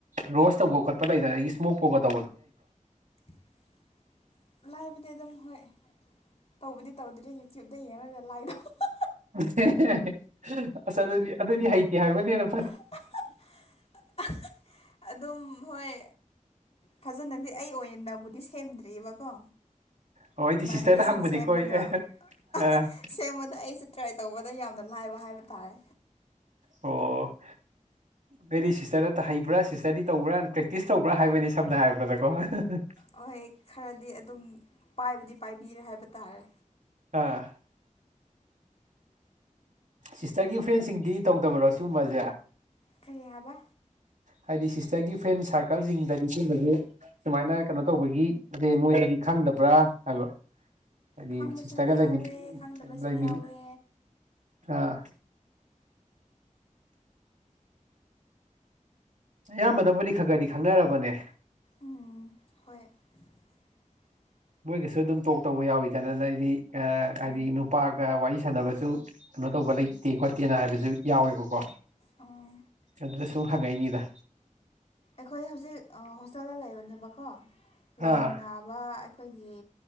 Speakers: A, on the right (about 70°); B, on the left (about 50°).
A: ꯔꯣꯁ ꯇꯧꯕ ꯈꯣꯠꯄ ꯂꯩꯗꯅ ꯑꯗꯒꯤ ꯏꯁꯃꯣꯛ ꯄꯧꯒ
B: <inaudible> ꯂꯥꯏꯕꯗꯤ ꯑꯗꯨꯝ ꯍꯣꯏ ꯇꯧꯕꯗꯤ ꯇꯧꯗ꯭ꯔ꯭ꯤ ꯌꯨꯇ꯭ꯌꯨꯕꯇ ꯌꯦꯡꯉꯒꯥ ꯂꯥꯏꯗꯧ ꯍꯣ ꯍꯣ
A: ꯍꯦ ꯍꯦ ꯍꯦ ꯑꯁ ꯑꯗꯨꯗꯤ ꯑꯗꯨꯗꯤ ꯍꯩꯇꯦ ꯍꯥꯏꯕꯅꯦꯅ
B: ꯍꯥ ꯍꯥ ꯍꯥ ꯍꯥ ꯑꯗꯨꯝ ꯍꯣꯏ ꯐꯖꯅꯗꯤ ꯑꯩ ꯑꯣꯏꯅꯕꯨꯗꯤ ꯁꯦꯝꯗ꯭ꯔꯤꯕꯀꯣ
A: ꯑꯣ ꯑꯩꯗꯤ
B: ꯏꯃꯥꯟꯅꯕꯤꯁꯤꯡ
A: ꯁꯤꯁꯇꯔꯗ ꯍꯪꯕꯅꯤꯀꯣ
B: ꯁꯦꯝꯕꯗꯣ
A: ꯑꯦ
B: ꯑꯍꯥ
A: ꯑ
B: ꯍꯥ ꯁꯦꯝꯕꯗ ꯑꯩꯁꯨꯦ ꯇ꯭ꯔꯥꯏ ꯇꯧꯕꯗ ꯌꯥꯝꯅ ꯂꯥꯏꯕ ꯍꯥꯏꯕ ꯇꯥꯔꯦ
A: ꯑꯣ ꯑꯩꯗꯤ ꯁꯤꯁꯇꯔꯗ ꯍꯩꯕ꯭ꯔꯥ ꯁꯤꯁꯇꯔꯗꯤ ꯇꯧꯕ꯭ꯔꯥꯅ ꯄ꯭ꯔꯦꯛꯇꯤꯁ ꯇꯧꯕ꯭ꯔꯥ ꯍꯥꯏꯕꯅꯤ ꯁꯝꯅ ꯍꯥꯏꯔꯕꯗꯀꯣ ꯍꯥ ꯍꯥ ꯍꯥ
B: ꯍꯣꯏ ꯈꯔꯗꯤ ꯑꯗꯨꯝ ꯄꯥꯏꯕꯨꯗꯤ ꯄꯥꯏꯕꯤꯔꯦ ꯍꯥꯏꯕ ꯇꯥꯔꯦ
A: ꯑꯥ ꯁꯤꯁꯇꯔꯒꯤ ꯐ꯭ꯔꯦꯟꯁꯤꯡꯗꯤ ꯇꯧꯗꯕ꯭ꯔꯣ ꯁꯤꯒꯨꯝꯕꯁꯦ
B: ꯀꯔꯤ ꯍꯥꯏꯕ
A: ꯍꯥꯏꯗꯤ ꯁꯤꯁꯇꯔꯒꯤ ꯐ꯭ꯔꯦꯟ ꯁꯥꯔꯀꯜꯁꯤꯡꯗꯗꯤ ꯁꯤꯕꯁꯦ ꯁꯨꯃꯥꯏꯅ ꯀꯩꯅꯣ ꯇꯧꯕꯒꯤꯁꯦ ꯃꯣꯏꯗꯗꯤ ꯈꯪꯗꯕ꯭ꯔꯥ ꯍꯥꯏꯕ ꯍꯥꯏꯗꯤ
B: ꯈꯪꯕꯁꯨ
A: ꯁꯤꯁꯇꯔ
B: ꯌꯥꯎꯋꯦ
A: ꯂꯩꯃꯤ
B: ꯈꯪꯗꯕꯁꯨ
A: ꯂꯩꯃꯤ
B: ꯌꯥꯎꯋꯦ
A: ꯑꯥ ꯑꯌꯥꯝꯕꯅꯕꯨꯗꯤ ꯈ ꯈꯔꯗꯤ ꯈꯪꯅꯔꯕꯅꯦ
B: ꯎꯝ ꯍꯣꯏ <inaudible>
A: ꯃꯣꯏꯒꯁꯨ ꯑꯗꯨꯝ ꯇꯣꯛ ꯇꯧꯕ ꯌꯥꯎꯋꯤꯗꯅꯅ ꯅꯩꯗꯤ ꯍꯥꯏꯗꯤ
B: ꯎꯝ
A: ꯅꯨꯄꯥꯒ ꯋꯥꯔꯤ ꯁꯥꯟꯅꯕꯁꯨ ꯇꯧꯕ ꯂꯩꯇꯦ ꯈꯣꯠꯇꯦꯅ ꯍꯥꯏꯕꯁꯨ ꯌꯥꯎꯋꯦꯕꯀꯣ
B: ꯑꯣ
A: ꯑꯗꯨꯗ ꯁꯨꯝ ꯍꯪꯉꯛꯏꯅꯤꯗ
B: ꯑꯈꯣꯏ ꯍꯧꯖꯤꯛ ꯍꯣꯁꯇꯦꯜꯗ ꯂꯩꯕꯅꯦꯕꯀꯣ
A: ꯑꯥ
B: ꯂꯩꯃꯤꯟꯅꯕ ꯑꯈꯣꯏꯒꯤ